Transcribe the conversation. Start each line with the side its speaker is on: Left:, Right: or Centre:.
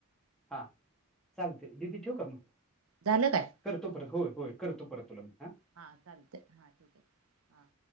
Centre: हा चालतय ददी ठेव का मग
Right: झालं काय
Centre: करतो परत होय होय करतो परत तुला मी ह
Right: हा चालते हा ठीक आहे हा